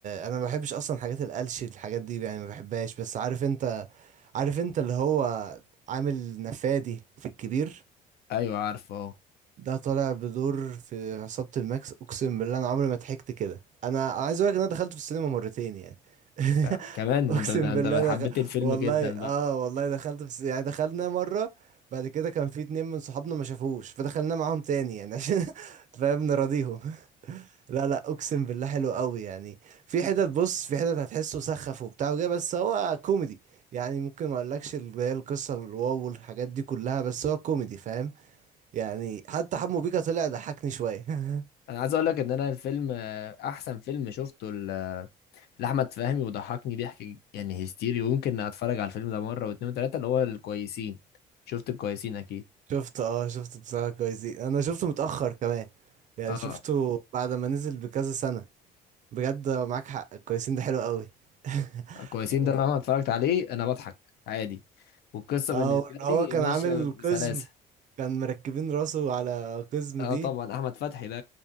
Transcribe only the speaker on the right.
انا ما بحبش اصلا حاجات القلش الحاجات دي يعني ما بحبهاش بس عارف انت عارف انت اللي هو عامل نفادي في الكبير
ده طالع بدور في عصابة الماكس اقسم بالله انا عمري ما ضحكت كده انا أنا عايز اقول لك ان انا دخلت في السينما مرتين يعني <laughs>
اقسم
بالله
دخ...
والله
اه
والله دخلت في الس- يعني دخلنا مرة بعد كده كان في اتنين من صحابنا ما شافوش فدخلنا معاهم تاني يعني عشان <laughs> فاهم نراضيهم لا لا اقسم بالله حلو قوي يعني في حتت بص في حتت هتحسه سخف وبتاع وجا بس هو كوميدي يعني ممكن ما اقولكش اللي هي القصة الواو والحاجات دي كلها بس هو كوميدي فاهم يعني حتى حمو بيكا طلع ضحكني شوية <laughs>
شفت اه شفت بصراحة كويسين انا شفته متأخر كمان يعني
شفته بعد ما نزل بكذا سنة بجد معاك حق كويسين ده حلو قوي <laughs>
اه وإن هو
كان
عامل
قزم كان مركبين راسه على قزم
دي